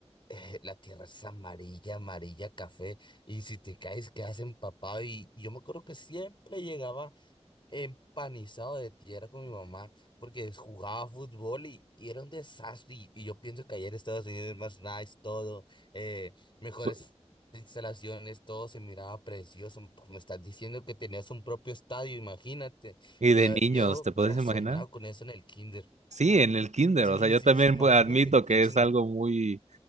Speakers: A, on the left; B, on the right.
A: eh, la tierra es amarilla, amarilla, café, y si te caes quedas empapado. Y, y yo me acuerdo que siempre llegaba empanizado de tierra con mi mamá porque jugaba fútbol y, y era un desastre. Y, y yo pienso que ayer Estados Unidos es más nice, todo, eh, mejores
B: Pu-
A: instalaciones, todo se miraba precioso. Pues me estás diciendo que tenías un propio estadio, imagínate.
B: Y
A: Yo,
B: de niños,
A: yo
B: ¿te
A: hubiera
B: puedes imaginar?
A: soñado con eso en el kinder.
B: Sí, en el kinder,
A: Sí,
B: o sea, yo
A: sí,
B: también
A: sí, imagínate,
B: pues, admito
A: qué
B: que
A: chingo.
B: es algo muy